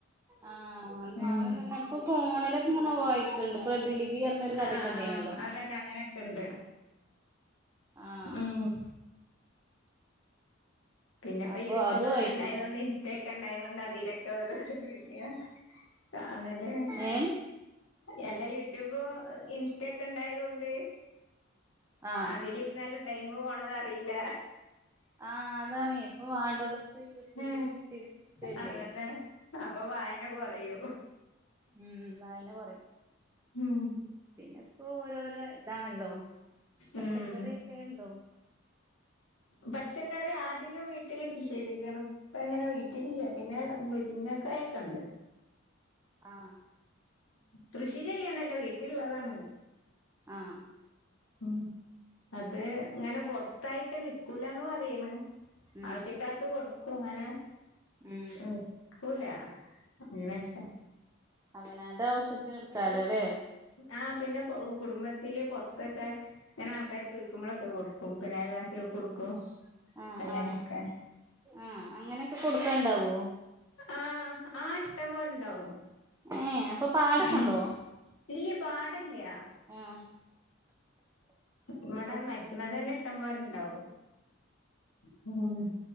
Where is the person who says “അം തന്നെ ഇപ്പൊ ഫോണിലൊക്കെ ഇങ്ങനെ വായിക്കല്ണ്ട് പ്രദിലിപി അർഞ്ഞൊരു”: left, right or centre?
Right